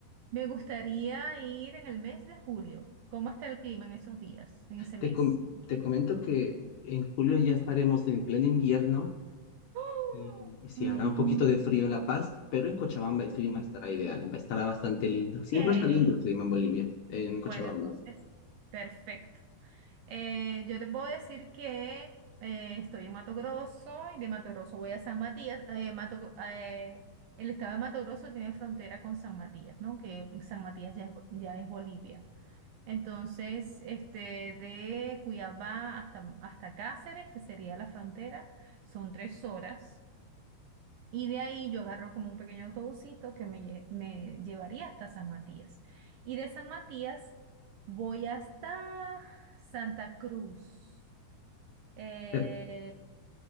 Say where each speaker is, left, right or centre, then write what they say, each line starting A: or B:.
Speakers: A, on the right; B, on the left.
A: me gustaría ir en el mes de julio. ¿Cómo está el clima en esos días, en ese
B: Te,
A: mes?
B: com-
A: <gasps>
B: te comento que en julio ya estaremos en pleno invierno
A: ¡Oh!
B: y, y sí
A: Mm,
B: hará un poquito de frío en La Paz, pero en Cochabamba el clima estará ideal, va- estará bastante lindo. Siempre
A: Ok,
B: está lindo el clima en Bolivia, en Cochabamba.
A: bueno, entonces, perfecto. Eh, yo te puedo decir que eh, estoy en Mato Grosso y de Mato Grosso voy a San Matías. Eh, Mato Gro- eh, el estado de Mato Grosso tiene frontera con San Matías, ¿no? Que San Matías ya es, Bo- ya es Bolivia. Entonces, este, de Cuiabá hasta, hasta Cáceres, que sería la frontera, son tres horas. Y de ahí yo agarro como un pequeño autobusito que me, lle- me llevaría hasta San Matías. Y de San Matías voy hasta Santa Cruz. Eh,
B: Pero